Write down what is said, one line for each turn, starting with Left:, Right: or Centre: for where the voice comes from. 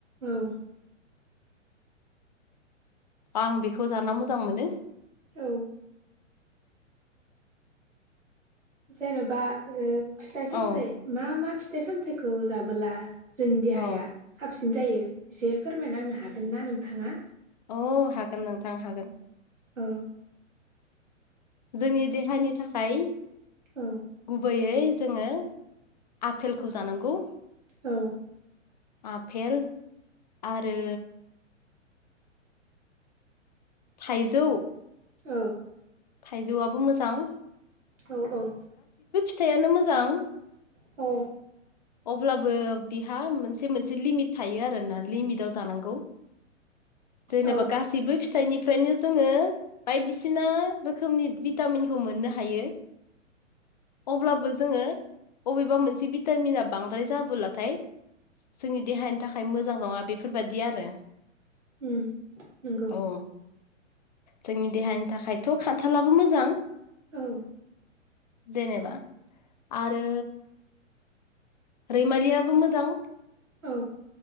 Right: औ।
Left: आं बेखौ जाना मोजां मोनो।
Right: औ। जेन'बा ओ फिथाइ-सामथाइ
Left: औ
Right: मा-मा फिथाइ-सामथाइखौ जाबोला जोंनि देहाया
Left: औ
Right: साबसिन जायो एसे फोरमायना होनो हागोन ना नोंथाङा
Left: औ हागोन नोंथां हागोन।
Right: औ
Left: जोंनि देहानि थाखाय
Right: औ
Left: गुबैयै जोङो आफेलखौ जानांगौ
Right: औ
Left: आफेल आरो थाइजौ
Right: औ
Left: थाइजौआबो मोजां
Right: औ औ
Left: फिथायानो मोजां
Right: औ
Left: अब्लाबो बिहा मोनसे मोनसे लिमिट थायो आरो ना लिमिटाव जानांगौ जेनेबा
Right: औ
Left: गासैबो फिथाइनिफ्रायनो जोङो बायदिसिना रोखोमनि भिटामिनखौ मोननो हायो। अब्लाबो जोङो अबेबा मोनसे भिटामिना बांद्राय जाबोलाथाय जोंनि देहानि थाखाय मोजां नङा बेफोरबादि आरो।
Right: उम नंगौ।
Left: औ जोंनि देहानि थाखायथ' खान्थालाबो मोजां।
Right: औ।
Left: जेनेबा आरो रैमालियाबो मोजां।
Right: औ।